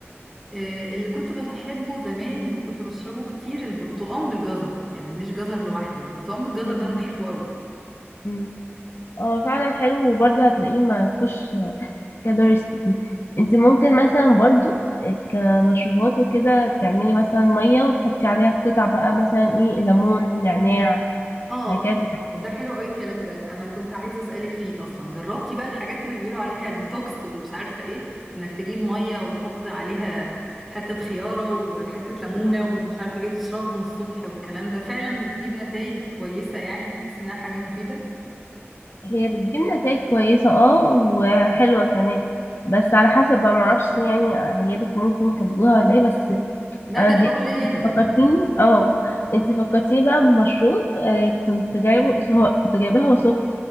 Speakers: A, in the centre; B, on the left.
A: آه اللي كنت بحبه زمان وكنت بشربه كتير البرتقال بالجزر يعني مش جزر لوحده البرتقال بالجزر
B: مم.
A: ده أنا بحبه قوي
B: مم. اه فعلا حلو وبرضه هتلاقيه ما فيهوش كالوريز كتير انت ممكن مثلا برضه كمشروبات وكده تعملي مثلا مية وتحطي عليها قطع بقى مثلا ايه ليمون نعناع
A: اه
B: هكذا يعني.
A: ده حلو قوي الكلام ده انا كنت عايزه اسالك فيه اصلا جربتي بقى الحاجات اللي بيقولوا عليها ديتوكس ومش عارفه ايه انك تجيب ميه وتحط عليها حته خياره وحته ليمونه
B: مم.
A: ومش عارفه ايه تشربهم الصبح والكلام ده فعلا بتجيب نتائج كويسه يعني بتحسي انها حاجه مفيده
B: هي بتجيب نتائج كويسة اه وحلوة كمان بس على حسب بقى معرفش يعني عيالك ممكن يحبوها ولا ايه بس
A: ده
B: انا
A: ده انا
B: ج...
A: بقول ليا
B: انت
A: انا
B: فكرتيني اه انت فكرتيني بقى بمشروب آه كنت جايبه هو كنت جايباه هو سخن